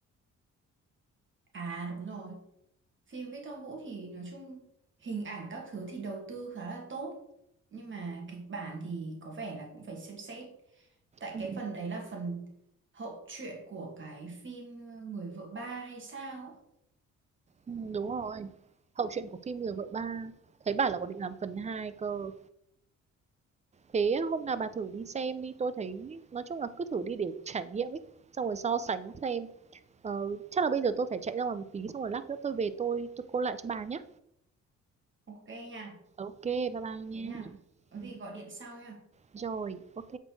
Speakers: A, on the right; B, on the right.
A: à đúng rồi Phim với Tom Vũ thì nói chung hình ảnh các thứ thì đầu tư khá là tốt nhưng mà kịch bản thì có vẻ là cũng phải xem xét tại
B: Ừ,
A: cái phần đấy là phần hậu truyện của cái phim Người vợ ba hay sao á.
B: ừ, đúng rồi. Hậu truyện của phim Người vợ ba. Thấy bảo là còn định làm phần 2 cơ. Thế hôm nào bà thử đi xem đi. Tôi thấy nói chung là cứ thử đi để trải nghiệm ấy. Xong rồi so sánh xem. Ờ, chắc là bây giờ tôi phải chạy ra ngoài một tí. Xong rồi lát nữa tôi về tôi tôi call lại cho bà nhé.
A: Ok nha
B: ok bye bye
A: thế nha
B: nha
A: có
B: Ừ,
A: gì gọi điện sau nha
B: Rồi, ok.